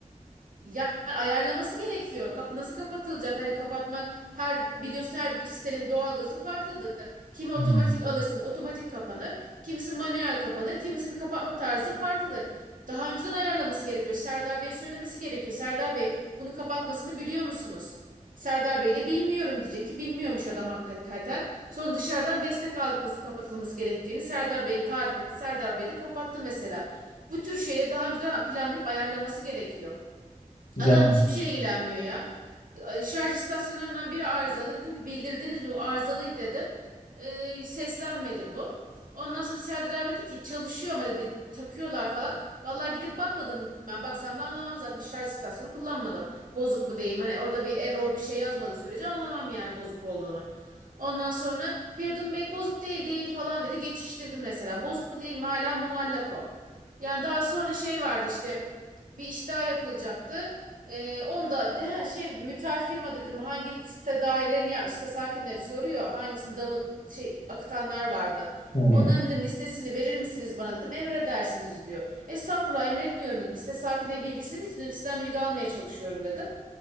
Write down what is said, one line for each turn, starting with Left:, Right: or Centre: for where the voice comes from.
Right: Ya ayarlaması gerekiyor. Kapı nasıl kapatılacak? Hani kapatma her biliyorsun her bir sitenin doğalgazı farklıdır. Kimi otomatik
Left: Hı.
Right: alırsın, otomatik kapanır. Kimisi manuel kapanır, kimisinin kapatma tarzı farklıdır. Daha önceden ayarlaması gerekiyor. Serdar Bey söylemesi gerekiyor. Serdar Bey bunu kapatmasını biliyor musunuz? Serdar Bey de bilmiyorum diyecek ki bilmiyormuş adam hakikaten. Sonra dışarıdan destek aldık nasıl kapatılması gerektiğini. Serdar Bey'e tarif etti. Serdar Bey de kapattı mesela. Bu tür şeyleri daha önceden planlayıp ayarlaması gerekiyor.
Left: Yani.
Right: Adam hiçbir şeyle ilgilenmiyor ya. Şarj istasyonlarından biri arızalı. Dedim ki bildirdiniz mi bu arızalıydı dedim. Ee, seslenmedi bu. Ondan sonra Serdar abi dedi ki çalışıyor ama dedi takıyorlar falan. Vallahi gidip bakmadım ben. Baksam da anlamam zaten hiç şarj istasyonu kullanmadım. Bozuk mu diyeyim hani orada bir error bir şey yazmadığı sürece anlamam yani bozuk olduğunu. Ondan sonra Feridun Bey bozuk değil değil falan dedi geçiştirdim mesela. Bozuk mu değil mi hala muallak o. Yani daha sonra şey vardı işte bir iş daha yapılacaktı. Ee, onda de, ha, şey dedim müteahhit firma dedim hangi site dairelerini yapmış site sakinleri soruyor. Hangisini damı şey akıtanlar vardı.
Left: Hı.
Right: Onların dedim listesini verir misiniz bana dedim emredersiniz diyor. Estağfurullah emretmiyorum dedim site sakinleri bilgisinin için dedim sizden bilgi almaya çalışıyorum dedim.